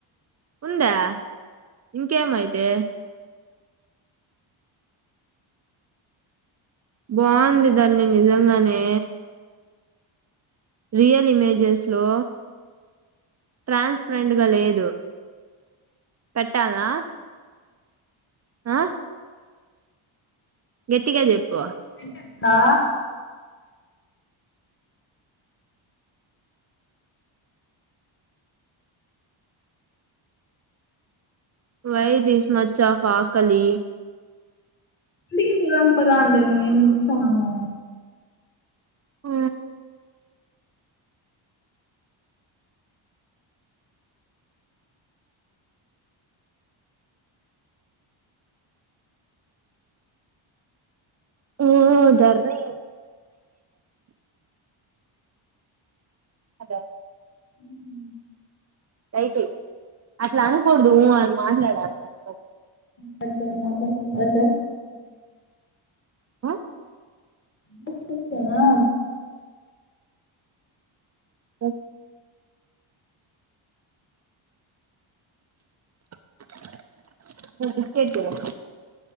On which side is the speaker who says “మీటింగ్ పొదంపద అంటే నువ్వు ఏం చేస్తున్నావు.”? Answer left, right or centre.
Left